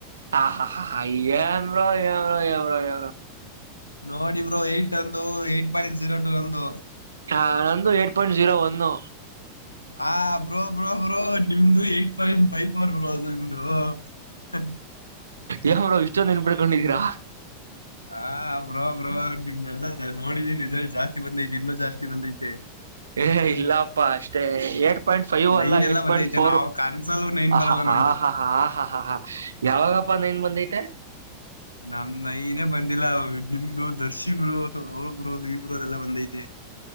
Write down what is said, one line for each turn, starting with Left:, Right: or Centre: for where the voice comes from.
Right: ಹಾ ಹಾ ಹಾ ಎನ್ ಬ್ರೊ ಎನ್ ಬ್ರೊ ಎನ್ ಬ್ರೊ.
Left: ನೋಡಿಬರು ಏಟ್ ಅಂದು ಏಟ್ ಪಾಯಿಂಟ್ ಜೀರೋ ಟು ರಂದು
Right: ಹ ನಂದು ಏಟ್ ಪಾಯಿಂಟ್ ಜಝೀರೋ ಒಂದು
Left: ಆ ಬ್ರೋ ಬ್ರೋ ಬ್ರೋ ನಿಮ್ದು ಏಟ್ ಪಾಯಿಂಟ್ ಫೈವ್ ಅವರ್ ಬ್ರೋ ಅದು ನಿಮು ಹಾ
Right: ಯಾವರಾವ್ ಇಷ್ಟೊಂದು ನೆನ್ಪಿಡ್ಕೊಂಡಿದ್ದೀರಾ
Left: ಹಾ ಬ್ರೋ ಬ್ರೋ ನಿಮ್ ಲ್ಲ ನೋಡಿದಿನಿ ರಿಸಲ್ಟ್ ಜಾಸ್ತಿ ಬಂದೈತಿ ಇನ್ನುೂ ಜಾಸ್ತಿ ಬಂದೈತೆ
Right: ಏ ಇಲ್ಲಪ್ಪಾ ಅಷ್ಟೇ ಏಟ್ ಪಾಯಿಂಟ್ ಫೈವ್
Left: ನೈನ್
Right: ಅಲ್ಲ ಏಟ್
Left: ಎಲ್ಲ ಬಂದೈತೆ
Right: ಪಾಯಿಂಟ್ ಫೋರ್
Left: ನಾವ್ ಕನ್ಸಲ್ಲೂ ನೈನ್ ಬರಲ್ಲ
Right: ಹ ಹಾ
Left: ನಮ್ದು
Right: ಹಾ ಹಾ ಹಾ ಹಾ ಹಾ ಯಾವಾಗಪ್ಪ ಅಂದೇನ್ ಬಂದೈತೆ
Left: ನಮ ನನೇ ಬಂದಿಲ್ಲ ನಿಮ್ದು ದರ್ಶಿಗರು ಅವ್ರ ಬುರೋ ಈ ಬರು ಅದೆಲ್ಲ ಬಂದೈತೆ